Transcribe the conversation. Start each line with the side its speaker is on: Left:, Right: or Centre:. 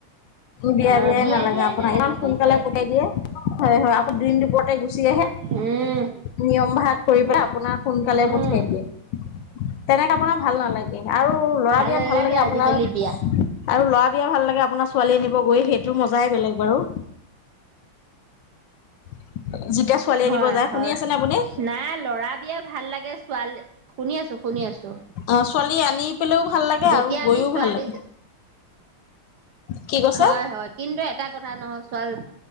Left: বিয়া
Right: অ',
Left: বিয়াই নালাগে আপোনাক
Right: নালাগে
Left: ইমান সোনকালে
Right: বুজিছে
Left: পঠাই দিয়ে। হয় হয় আকৌ দিনদুপৰতে গুচি আহ।
Right: উম,
Left: নিয়ম ভাগ কৰি পেলাই আপোনাক সোনকালে
Right: উম।
Left: পঠিয়াই দিয়ে। তেনেকে আপোনাৰ ভাল নালাগে। আৰু ল'ৰা বিয়া
Right: নালাগে
Left: ভাল লাগে আপোনাৰ
Right: আজিকালি বিয়া।
Left: আৰু ল'ৰা বিয়া ভাল লাগে আপোনাৰ ছোৱালী আনিব গৈ সেইটো মজাই বেলেগ বাৰু। <inaudible>
Right: হয়
Left: যায়
Right: হয়
Left: শুনি আছেনে আপুনি
Right: নাই ল'ৰা বিয়া ভাল লাগে ছোৱালী শুনি আছো, শুনি আছো।
Left: অ ছোৱালী আনি পেলেও ভাল লাগে
Right: যেতিয়া
Left: আৰু গৈও
Right: আমি ছোৱালী
Left: ভাল লাগে কি কৈছে
Right: হয় হয় কিন্তু এটা কথা নহয় ছোৱালী